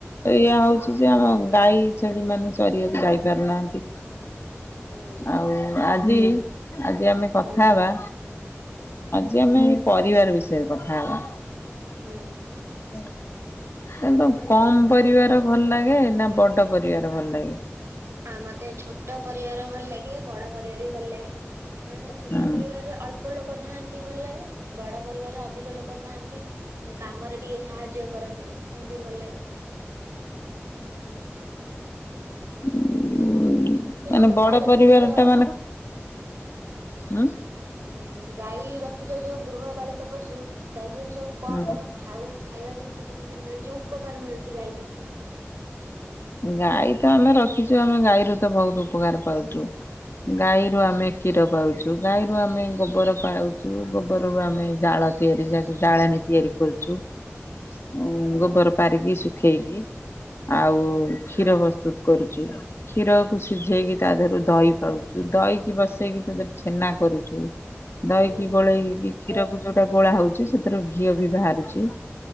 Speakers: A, on the left; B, on the right.
A: ଏଇଆ ହଉଚି ଯେ ଆମ ଗାଈ ଛେଳି ମାନେ ଚରିବାକୁ ଯାଇ ପାରୁନାହାନ୍ତି
B: ହୁଁ
A: ଆଉ ଆ ଆଜି ଆମେ କଥା
B: ହୁଁ
A: ହବା ଆଜି ଆମେ ପରିବାର ବିଷୟରେ କଥା ହବା।
B: ହୁଁ।
A: ହୁଁ। କିନ୍ତୁ କମ ପରିବାର ଭଲ ଲାଗେ ନା ବଡ ପରିବାର ଭଲ ଲାଗେ?
B: ଆ ମତେ ଛୋଟ ପରିବାର ଭଲ ଲାଗେ। ବଡ ପରିବାର ବି ଭଲ ଲାଗେ। ମାନେ ଛୋଟ
A: ହଁ
B: ପରିବାର ରେ ଅଳ୍ପ ଲୋକ ଥାଆନ୍ତି ଭଲ ଲାଗେ। ବଡ ପରିବାର ଅଧିକ ଲୋକ ଥାଆନ୍ତି। ଉମ କାମରେ ଟିକେ ସ ସାହାଯ୍ୟ କରନ୍ତି। ସେମତି ବି ଭଲ ଲାଗେ।
A: ଉମ ମାନେ
B: ଯୋଉ
A: ବଡ
B: ଗାଈ ରଖିଛ
A: ପରିବାର ଟା ମାନେ ହୁଁ
B: ଉଁ! ଗାଈ ରଖ ଖିଛ ଯୋଉ ଗୃହପାଳିତ ପଶୁ। ତା ଦେହରୁ ସବୁ କଣ
A: ହୁଁ
B: କଣ ଖାଉ? ଖାଇବା ଜିନିଷ ତମକୁ ମିଳୁଛି, ଉପକାର ମିଳୁଛି ଗାଈ ପାଖରୁ।
A: ଗାଈ ତ ଆମେ ରଖିଛୁ। ଆମେ ଗାଈରୁ ତ ବହୁତ ଉପକାର ପାଉଛୁ। ଗାଈରୁ ଆମେ କ୍ଷୀର ପାଉଛୁ। ଗାଈରୁ ଆମେ ଗୋବର ପାଉଛୁ, ଗୋବର ରୁ ଆମେ ଜାଳ ଅ ତିଆରି ଜା, ଜାଳେଣି ତିଆରି କରୁଛୁ। ଉମ ଗୋବର ପାରିକି ଶୁଖେଇକି। ଆଉ କ୍ଷୀର
B: ହଁ
A: ପ୍ରସ୍ତୁତ କରୁ ଛୁ। କ୍ଷୀର କୁ ସିଝେଇକି
B: ହୁଁ
A: ତା ଦେହରୁ ଦହି ଖାଉଛୁ। ଦହିକି ବସେଇକି ତା <unintelligible> ଛେନା କରୁଛୁ। ଦହିକି
B: ହୁଁ
A: ଗୋଳେଇ କି କ୍ଷୀରକୁ ଯୋଉଟା ଗୋଳା ହଉଛି ସେଥିରୁ ଘିଅ ବି ବାହାରୁଛି।